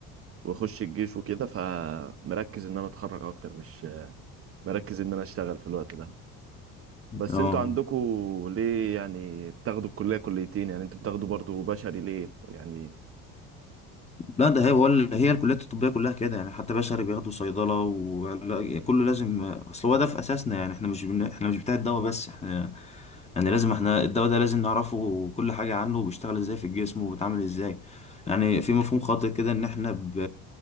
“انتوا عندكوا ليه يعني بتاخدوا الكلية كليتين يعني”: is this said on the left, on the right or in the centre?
Right